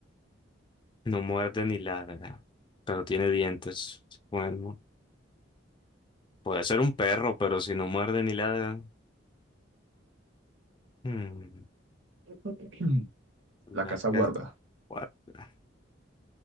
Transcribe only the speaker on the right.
<clears throat>
La casa
guarda.